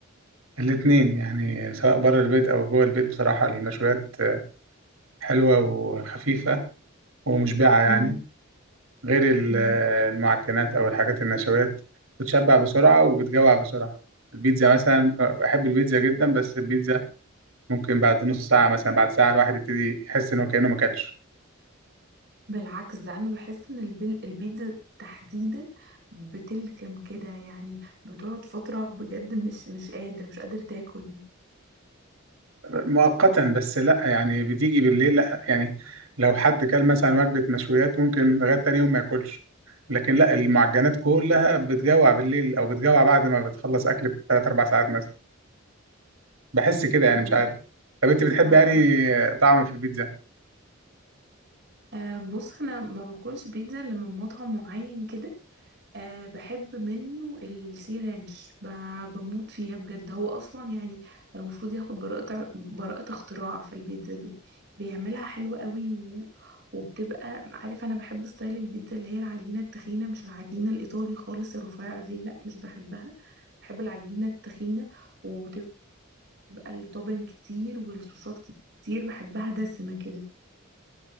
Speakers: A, on the right; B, on the right.
A: الاتنين يعني سواء بره البيت أو جوه البيت بصراحة المشويات حلوة وخفيفة ومشبعة يعني
B: امم
A: غير ال-
B: امم
A: المعجنات أو الحاجات النشويات بتشبع بسرعة وبتجوع بسرعة البيتزا مثلا بحب البيتزا جدا بس البيتزا ممكن بعد نص ساعة مثلا بعد ساعة الواحد يبتدي يحس إن هو كأنه ما أكلش
B: بالعكس ده انا بحس ان البل- البيتزا تحديدا بتلكم كده يعني بتقعد فترة بجد مش مش قادر مش قادر تاكل
A: مؤقتا بس لا يعني بتيجي بالليل لا يعني لو حد كل مثلا وجبة مشويات ممكن لغاية تاني يوم ما ياكلش لكن لا المعجنات كلها بتجوع بالليل او بتجوع بعد ما بتخلص اكل بثلاث اربع ساعات مثلا بحس كده يعني
B: مم،
A: مش عارف
B: لا
A: طب انت بتحبي
B: ما انا
A: يعني طعم في البيتزا
B: آه بص انا ما باكلش بيتزا الا من مطعم معين كده أه بحب منه السي رانش ب- بموت فيها بجد هو اصلا يعني المفروض ياخد براءة ع- براءة اختراع في البيتزا دي بيعملها حلوة قوي و... وبتبقى عارف انا بحب ستايل البيتزا اللي هي العجينة التخينة مش العجينة الايطالي خالص الرفيعة دي لا مش بحبها بحب العجينة التخينة وتبقى التوبن كتير والصوصات كتير بحبها دسمة كده